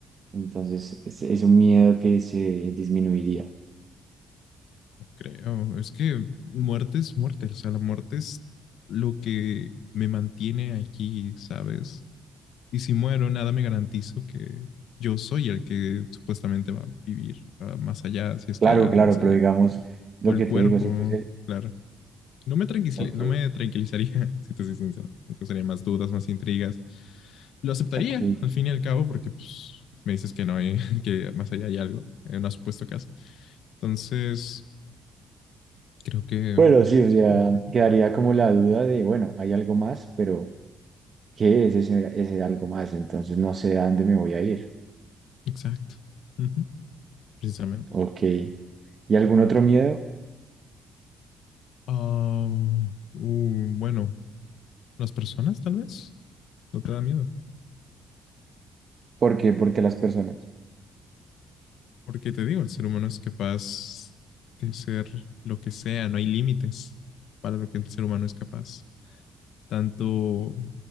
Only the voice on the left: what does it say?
No Creo, es que muerte es muerte, o sea, la muerte es lo que me mantiene aquí, ¿sabes? Y si muero, nada me garantizo que yo soy el que supuestamente va a vivir ah, más allá, si es
que hay algo
más
allá.
O el
cuerpo,
claro. No me tranquil-
no me tranquilizaría, <laughs> si te soy sincero. Me causaría más dudas, más intrigas. Lo aceptaría,
al fin y al cabo, porque pues, me dices que no hay, <laughs> que más allá hay algo, en una supuesto caso. Entonces, creo que...
ujú,
Exacto. Ujú, precisamente.
Ah, uh, bueno, las personas tal vez. ¿No te da miedo?
Porque te digo, el ser humano es capaz de ser lo que sea, no hay límites para lo que el ser humano es capaz, tanto